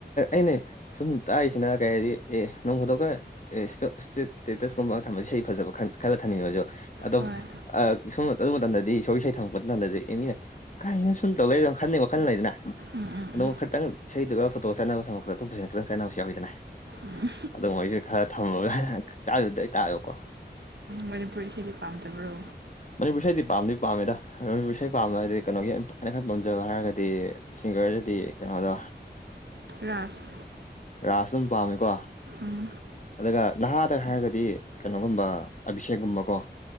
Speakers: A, on the left (about 45°); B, on the right (about 70°).
A: ꯑꯅꯦ ꯁꯨꯝ ꯇꯥꯛꯏꯁꯤꯅ ꯀꯩ ꯍꯥꯏꯗꯤ ꯑꯦ ꯅꯪ ꯈꯣꯗꯣꯛꯀ ꯑꯦ ꯏꯁꯇꯦꯇꯁ ꯀꯨꯝꯕ ꯑꯃ ꯊꯝꯕꯁꯦ ꯍꯩ ꯐꯖꯕ ꯈꯜꯂ ꯊꯝꯅꯤꯡꯉ꯭ꯔꯁꯨ ꯑꯗꯣ
B: ꯍꯣꯏ
A: ꯑ ꯁꯣꯝ ꯑꯗꯨ ꯃꯇꯝꯗꯗꯤ ꯏꯁꯣꯔ ꯏꯁꯩ ꯁꯪꯉꯛꯄ ꯃꯇꯝꯗꯗꯤ ꯑꯦꯃꯤꯅ ꯀꯥꯏ ꯁꯨꯝ ꯇꯧꯔꯦ ꯑꯗꯨ ꯈꯜꯂꯤꯩ ꯋꯥꯈꯜ ꯂꯩꯗꯅ
B: ꯎꯝ ꯎꯝ
A: ꯑꯗꯨꯝ
B: ꯎꯝ
A: ꯈꯤꯇꯪ ꯏꯁꯩꯗꯨꯒ ꯐꯣꯇꯣ ꯆꯥꯟꯅꯕ ꯁꯃꯛꯇꯇꯞ ꯐ ꯇꯪꯥꯟꯅꯕꯁꯨ ꯌꯥꯎꯋꯗꯅ
B: ꯎꯝ
A: ꯑꯗꯨ ꯃꯣꯏꯁꯨ ꯈꯔ ꯊꯝꯃ ꯇꯔꯗ ꯇꯔꯣꯀꯣ
B: ꯃꯅꯤꯄꯨꯔꯤꯁꯤꯗꯤ ꯄꯥꯝꯗꯕ꯭ꯔꯣ
A: ꯃꯅꯤꯄꯨꯔ ꯏꯁꯩꯗꯤ ꯄꯥꯝꯗꯤ ꯄꯥꯝꯃꯦꯗ ꯃꯅꯤꯄꯨꯔ ꯏꯁꯩ ꯄꯥꯝꯕ ꯍꯥꯏꯗꯤ ꯀꯩꯅꯣꯒꯤ ꯑꯥꯏ ꯈꯔ ꯄꯥꯝꯖꯕ ꯍꯥꯏꯔꯒꯗꯤ ꯁꯤꯡꯒꯔꯗꯗꯤ ꯀꯩꯅꯣꯗꯣ
B: ꯔꯥꯁ
A: ꯔꯥꯁ ꯑꯗꯨꯝ ꯄꯥꯝꯃꯦꯀꯣ
B: ꯎꯝ
A: ꯑꯗꯨꯒ ꯅꯍꯥꯗ ꯍꯥꯏꯔꯒꯗꯤ ꯀꯩꯅꯣꯒꯨꯝꯕ ꯑꯕꯤꯁꯦꯛꯀꯨꯝꯕꯀꯣ